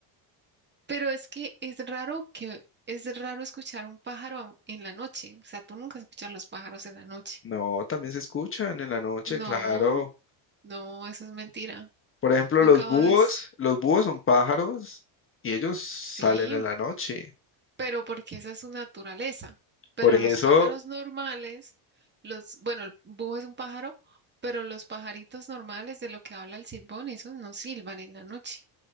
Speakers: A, on the right; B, on the left.
A: Pero es que es raro que es raro escuchar un pájaro a- en la noche. O sea, tú nunca escuchas los pájaros en la noche.
B: No, también se escuchan en la noche,
A: No,
B: claro.
A: no, eso es mentira.
B: Por ejemplo,
A: Nunca
B: los búhos,
A: vas.
B: los búhos son pájaros y ellos salen
A: Sí,
B: en la noche.
A: pero porque esa es su naturaleza. Pero
B: Por eso,
A: los pájaros normales, los, bueno, el búho es un pájaro, pero los pajaritos normales de lo que habla el silbón, esos no silban en la noche.